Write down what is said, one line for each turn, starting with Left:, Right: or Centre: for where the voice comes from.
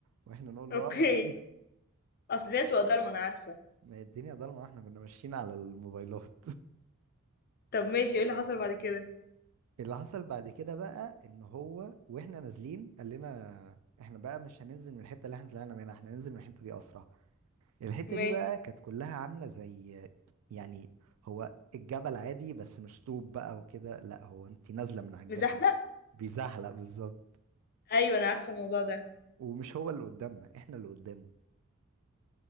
Right: واحنا نقول
Left: اوكي
Right: له اه موجودين
Left: اصل دي بتبقى ضلمة انا عارفة
Right: ما هي الدنيا ضلمة واحنا كنا ماشيين على الموبايلات
Left: طب ماشي ايه اللي حصل بعد كده
Right: اللي حصل بعد كده بقى ان هو واحنا نازلين قال لنا احنا بقى مش هننزل من الحته اللي احنا طلعنا منها احنا هننزل من الحته دي اسرع الحته
Left: ماشي
Right: دي بقى كانت كلها عامله زي يعني هو الجبل عادي بس مش طوب بقى وكده لا هو انت نازله من على الجبل
Left: مزحلق
Right: بيزحلق بالظبط
Left: ايوه انا عارفة الموضوع ده
Right: ومش هو اللي قدامنا احنا اللي قدامه